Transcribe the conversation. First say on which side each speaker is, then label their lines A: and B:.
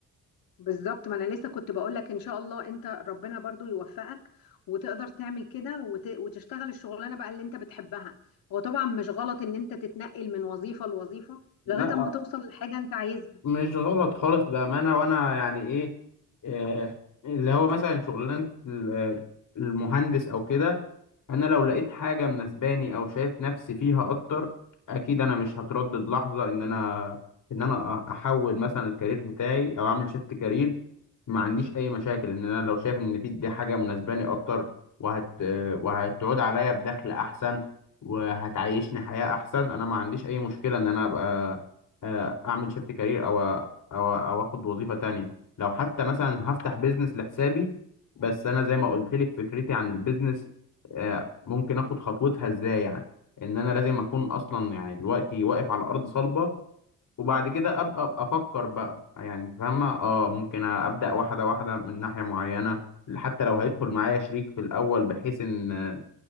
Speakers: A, on the left; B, on the left.
A: بالظبط ما انا لسه كنت بقول لك ان شاء الله انت ربنا برضو يوفقك وتقدر تعمل كده وت... وتشتغل الشغلانه بقى اللي انت بتحبها هو طبعا مش غلط ان انت تتنقل من وظيفه لوظيفه
B: لا
A: لغايه اما توصل لحاجه انت عايزها
B: مش غلط خالص بأمانة وأنا يعني إيه آه، اللي هو مثلا شغلانة ال- آه، المهندس أو كده أنا لو لقيت حاجة مناسباني أو شايف نفسي فيها أكتر أكيد أنا مش هتردد لحظة إن أنا إن أنا أ- أحول مثلا الكارير بتاعي أو أعمل شيفت كارير ما عنديش أي مشاكل إن أنا لو شايف إن في دي حاجة مناسباني أكتر وهت آه، وهتعود عليا بدخل أحسن وهتعيشني حياة أحسن أنا ما عنديش أي مشكلة إن أنا أبقى آه، اعمل شيفت كارير او او او اخد وظيفه تانية لو حتى مثلا هفتح بيزنس لحسابي بس انا زي ما قلت لك فكرتي عن البيزنس آه، ممكن اخد خطوتها ازاي يعني ان انا لازم اكون اصلا يعني دلوقتي واقف على ارض صلبه وبعد كده ابقى أبقى افكر بقى يعني انت فاهمه اه ممكن ابدا واحده واحده من ناحيه معينه حتى لو هيدخل معايا شريك في الاول بحيث ان